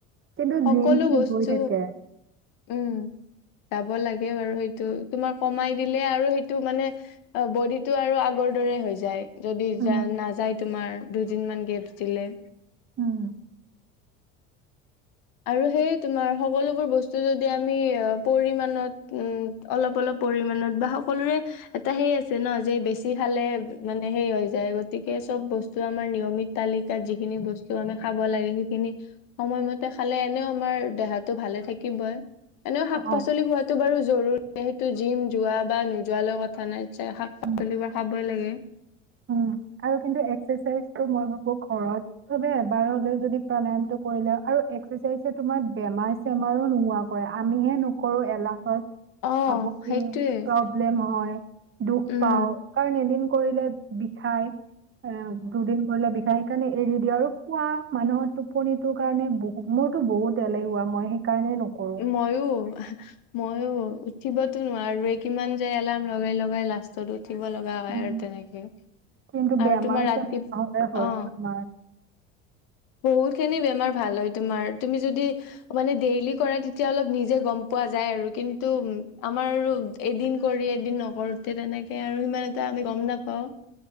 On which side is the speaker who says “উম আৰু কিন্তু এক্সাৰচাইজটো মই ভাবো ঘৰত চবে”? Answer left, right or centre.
Right